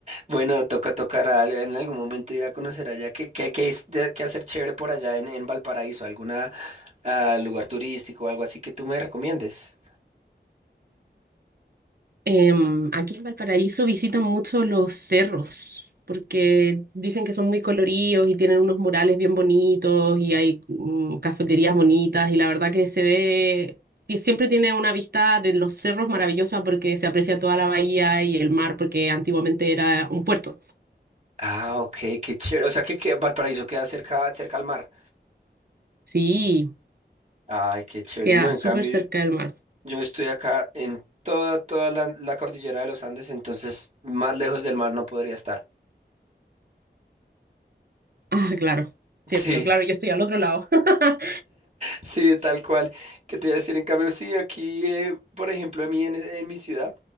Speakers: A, on the right; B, on the right.
A: Bueno, toca tocar a- en algún momento ir a conocer allá. ¿Qué, qué, qué, es de- qué hacer chévere por allá en, en Valparaíso? ¿Alguna a lugar turístico o algo así que tú me recomiendes.
B: Em, aquí en Valparaíso visitan mucho los cerros, porque dicen que son muy coloridos y tienen unos murales bien bonitos y hay mm, cafeterías bonitas y la verdad que se ve, que siempre tiene una vista de los cerros maravillosa porque se aprecia toda la bahía y el mar porque antiguamente era un puerto.
A: Ah, ok, qué chévere. O sea que, que Valparaíso queda cerca, cerca al mar.
B: Sí.
A: Ay, qué chévere.
B: Queda
A: No, en
B: súper
A: cambio,
B: cerca del mar. <laughs>
A: yo estoy acá en toda, toda la, la cordillera de los Andes, entonces más lejos del mar no podría estar.
B: Ah, claro, cierto,
A: Sí.
B: claro, yo estoy al otro lado. <laughs>
A: Sí, tal cual. ¿Qué te iba a decir? En cambio, sí, aquí, eh, por ejemplo, a mí en, en mi ciudad,